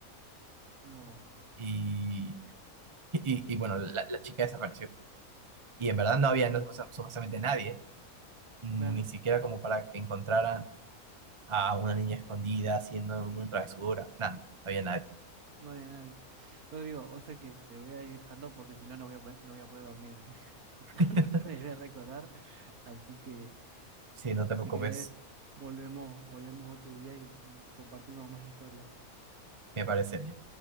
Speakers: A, on the right; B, on the right.
A: No.
B: y, y, y bueno, la, la chica desapareció. Y en verdad no había no, supuesta- supuestamente nadie, ni
A: Claro,
B: siquiera como para que encontraran a una niña escondida haciendo alguna travesura, nada, no había nadie.
A: no había nadie. Rodrigo, o sea que te voy a ir dejando porque si no, no voy a poder, no voy a poder dormir <laughs>
B: <laughs>
A: con esto de de recordar. Así que
B: Sí, no te
A: si
B: preocupes,
A: querés, volvemos, volvemos otro día y, y compartimos más historias.
B: me parece bien.